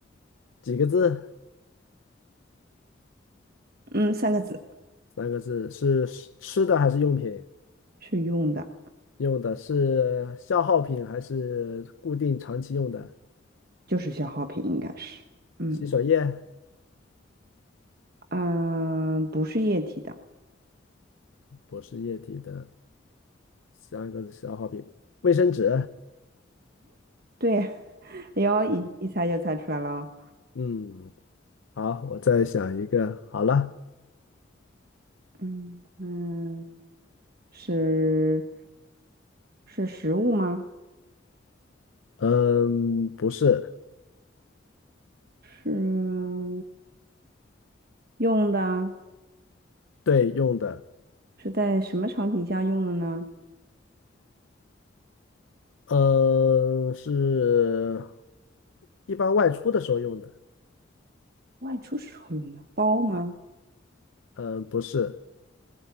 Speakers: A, on the left (about 85°); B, on the right (about 50°).
A: 几个字？
B: 嗯，三个字
A: 三个字，是吃吃的还是用品？
B: 是用的，
A: 用的是消耗品还是固定长期用的？
B: 就是消耗品，应该是。嗯
A: 洗手液、
B: 啊、不是液体的。
A: 不是液体的三个消耗品，卫生纸。
B: 对，<laughs> 哎呦，一一猜就猜出来了哦。
A: 嗯，好，我再想一个。好了，
B: 嗯嗯，是是食物吗？
A: 嗯，不是，
B: 是用的，
A: 对，用的，
B: 是在什么场景下用的呢？
A: 嗯，是一般外出的时候用的。
B: 外出时候用的包吗？
A: 嗯，不是，